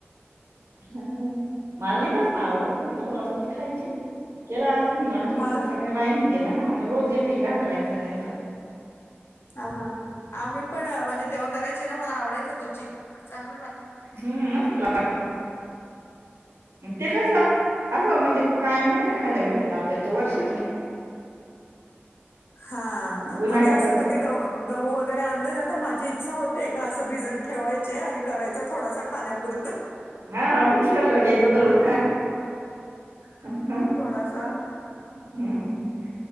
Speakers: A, on the right; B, on the left.
A: हम्म. मला नाही जास्त आवडत मी थोडसाच खायची केल मी आमच्या
B: मला
A: इथल्या सगळ्या बायांनी केला ना मग रोज एक एक घाट राहायच त्यांचा
B: हा हा आम्ही पण म्हणजे तेव्हा करायचे ना मला आवडायचा तो चीक चाना
A: हम्म मस्त लागतो. ते कसं असं म्हणजे कायम नाही ना खायला भेटत आपल्याला तो वर्ष
B: हा
A: उन्हाळ्यातच
B: म्हणजे असं कधी गहु गहूं वगैरे आणलं ना, तर माझी इच्छा होते का असं भिजत ठेवायचे आणि करायचा थोडासा खाण्यापुरत.
A: हा मिक्सरला घ्यायचं दळून <unintelligible>
B: थोडासा
A: <unintelligible>